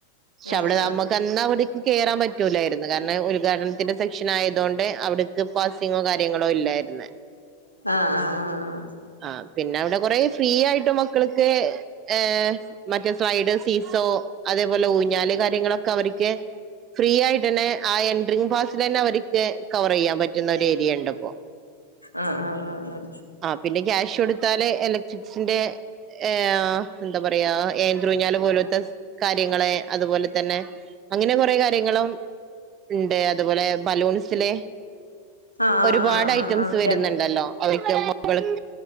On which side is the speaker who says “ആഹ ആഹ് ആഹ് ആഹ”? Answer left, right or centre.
Left